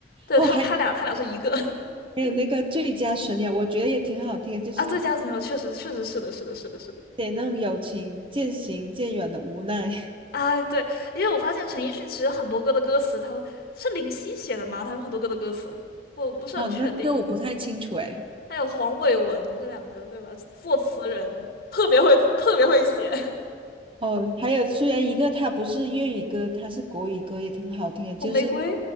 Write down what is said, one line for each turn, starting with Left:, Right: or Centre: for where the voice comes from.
Left: 对，
Right: 哦，
Left: 他他俩他俩是一个
Right: 还有还有那个最佳损友，我觉得也挺好听的就是
Left: <laughs> 啊，最佳损友确实确实是的，是的，是的，是的。
Right: 写那种友情渐行渐远的无奈。<laughs>
Left: 啊，对，因为我发现陈奕迅其实很多歌的歌词，他都是林夕写的吗？他有很多歌的歌词，我不是很确定。
Right: 哦，那这个我不太清楚诶。
Left: 还有黄伟文这两个，对吧？作词人特别会，特别会写。
Right: 哦，还有虽然一个他不是粤语歌，他是国语歌，也挺好听的，
Left: 红玫瑰
Right: 就是